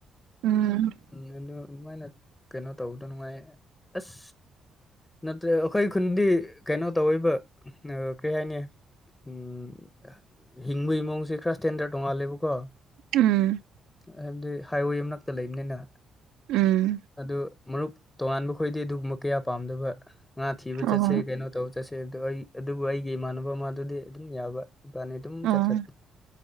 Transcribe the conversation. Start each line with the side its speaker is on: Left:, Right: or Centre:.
Right: ꯎꯝ
Left: ꯎꯝ ꯑꯗꯨ ꯑꯗꯨꯃꯥꯏꯅ ꯀꯩꯅꯣ ꯇꯧꯕꯗꯣ ꯅꯨꯡꯉꯥꯏ ꯑꯁ ꯅꯠꯇ꯭ꯔꯦ ꯑꯩꯈꯣꯏ ꯈꯨꯟꯗꯤ ꯀꯩꯅꯣ ꯇꯧꯔꯤꯕ ꯀꯔꯤ ꯍꯥꯏꯅꯤ ꯎꯝ ꯍꯤꯡꯕꯒꯤ ꯃꯑꯣꯡꯁꯦ ꯈꯔ ꯁ꯭ꯇꯦꯟꯗꯔ ꯇꯣꯡꯉꯥꯜꯂꯦꯕꯀꯣ
Right: ꯎꯝ
Left: ꯍꯥꯏꯕꯗꯤ ꯍꯥꯏꯋꯦ ꯃꯅꯥꯛꯇ ꯂꯩꯕꯅꯤꯅ
Right: ꯎꯝ
Left: ꯑꯗꯨ ꯃꯔꯨꯞ ꯇꯣꯉꯥꯟꯕ ꯈꯣꯏꯗꯤ ꯑꯗꯨꯒꯨꯝꯕ ꯀꯌꯥ ꯄꯥꯝꯗꯕ ꯉꯥ ꯊꯤꯕ
Right: ꯑꯣ
Left: ꯆꯠꯁꯦ ꯀꯩꯅꯣ ꯇꯧꯕ ꯆꯠꯁꯦ ꯍꯥꯏꯕꯗꯣ ꯑꯩ ꯑꯗꯨꯕꯨ ꯑꯩꯒꯤ ꯏꯃꯥꯟꯅꯕ ꯃꯥꯗꯨꯗꯤ ꯑꯗꯨꯝ ꯌꯥꯕ ꯏꯕꯥꯅꯤ ꯑꯗꯨꯝ
Right: ꯑꯣ
Left: ꯆꯠ ꯆꯠ